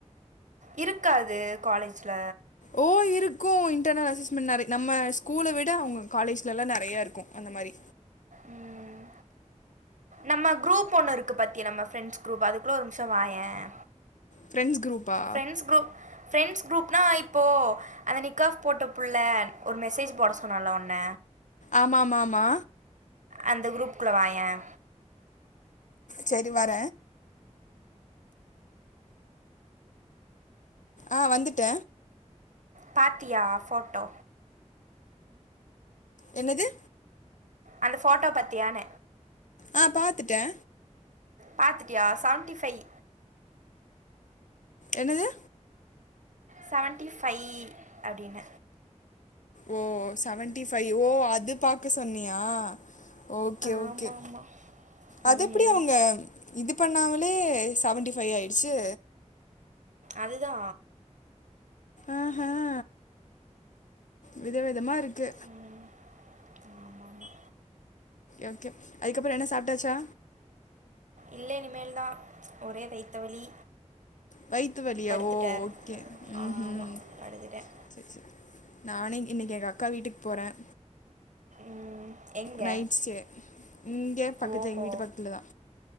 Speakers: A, on the right; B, on the left.
A: இருக்கா அது காலேஜ்ல
B: ஓ இருக்கு இன்டெர்னல் அசஸ்மெண்ட் நெறை நம்ம ஸ்கூல விட அவுங்க காலேஜெல்லா நெறையா இருக்கு அந்த மாரி
A: ம் நம்ம குரூப் ஒண்ணு இருக்கு பாத்தியா நம்ம ப்ரெண்ட்ஸ் குரூப் அதுக்குள்ள ஒரு நிமிஷோ வாயேன்
B: ஃப்ரெண்ட்ஸ் குரூப்பா
A: ஃப்ரெண்ட்ஸ் குரூப் ஃப்ரெண்ட்ஸ் குரூப்னா இப்போ அந்த நிக்காஃப் போட்ட புள்ள ஒரு மெசேஜ் போட சொன்னால்ல உன்ன
B: ஆமாமாமா
A: அந்த குரூப்புக்குள்ள வாயேன்
B: சேரி வர ஆ வந்துட்ட
A: பாத்தியா ஃபோட்டோ
B: என்னது
A: அந்த ஃபோட்டோ பத்தியான
B: ஆ பாத்துட்டே
A: பாத்துட்டியா செவன்டிஃபைவ்
B: என்னது
A: செவன்ட்டிஃபைவ் அப்டின்ன
B: ஓ செவன்டிஃபைவ் ஓ அது பா க்க சொன்னியா ஓகே
A: ஆமாம்
B: ஓகே
A: ஆமாம்
B: அது எப்டி அவுங்க இது பண்ணாமலே செவன்ட்டிஃபைவ் ஆயிடுச்சு
A: அதுதா
B: ஆஹஹ விதவிதமா இருக்கு
A: ம் ஆமாமா
B: ஓகே அதுக்கப்றோ என்ன சாப்ட்டாச்சா
A: இல்ல இனிமேல்தான் ஒரே வைத்த வலி
B: வய்த்து வலியா
A: படுத்துட்டேன்
B: ஓ ஓகே ம்ஹும்
A: ஆமாம் படுத்துட்டேன்
B: சரி சரி நானே இன்னைக்கு எங்க அக்கா வீட்டுக்கு போறேன்
A: ம், எங்க
B: நைட் ஸ்டே இங்க பக்கத்து
A: ஓஹோ
B: எங்க வீட்டு பக்கத்துலதா